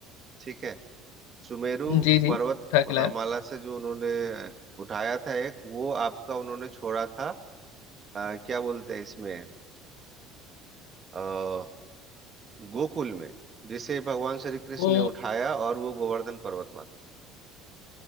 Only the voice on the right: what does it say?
ठीक है सुमेरु
पर्वत
माला से जो उन्होंने उठाया था एक वो आपका उन्होंने छोड़ा था अ, क्या बोलते हैं इसमें अ, गोकुल में जिसे भगवान श्री कृष्ण
ने उठाया और वो गोवर्धन पर्वत बना